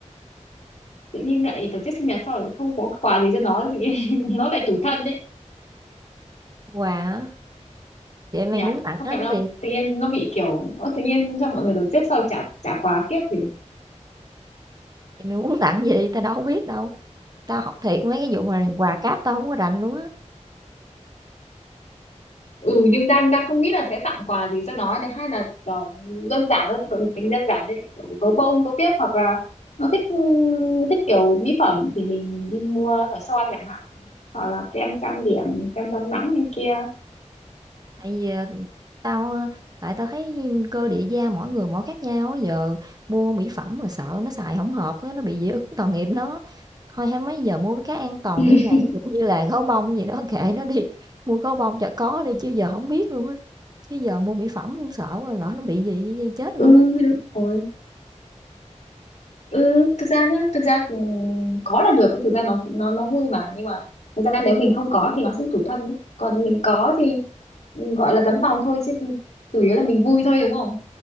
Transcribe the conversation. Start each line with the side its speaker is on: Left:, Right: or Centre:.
Left: tự nhiên lại tổ chức sinh nhật sau rồi không có quà gì cho nó tự nhiên <laughs> nó lại tủi thân đấy
Right: Quà hả? Vậy mày
Left: nhỉ
Right: muốn tặng
Left: không
Right: nó
Left: nhận
Right: cái
Left: đâu
Right: gì?
Left: tự nhiên nó bị kiểu nó tự nhiên cho mọi người tổ chức sau chả chả quà kiếc gì
Right: Vậy mày muốn <laughs> tặng gì? Tao đâu có biết đâu. Tao học thiệt mấy cái vụ mà quà cáp tao không có rành luôn á,
Left: ừ nhưng đang đang không nghĩ là sẽ tặng quà gì cho nó này hay là kiểu đơn giản thôi tụi mình đơn giản thôi kiểu gấu bông gấu biếc hoặc là nó thích ừ, thích kiểu mỹ phẩm thì mình đi mua khỏi son chẳng hạn hoặc là kem trang điểm kem chống nắng này kia
Right: tại vì, à Tao, ơ tại tao thấy cơ địa da mỗi người mỗi khác nhau á, giờ mua mỹ phẩm mà sợ nó xài không hợp á, nó bị dị ứng tội nghiệp nó. Thôi hay mấy giờ mua cái cái an toàn
Left: <laughs>
Right: đi mày, ví dụ như là gấu bông gì đó <laughs> kệ nó đi, mua gấu bông cho có đi chứ giờ không biết luôn á. Chứ giờ mua mỹ phẩm cũng sợ lỡ nó bị gì chết
Left: ừ
Right: luôn á.
Left: đúng rồi Ừ, thực ra nhá, thực ra ừ, có là được cái thực ra nó nó nó vui mà nhưng mà thực ra nếu mình không có thì nó sẽ tủi thân ấy. Còn mình có thì ừ, gọi là tấm lòng thôi chứ chủ yếu là mình vui thôi đúng không?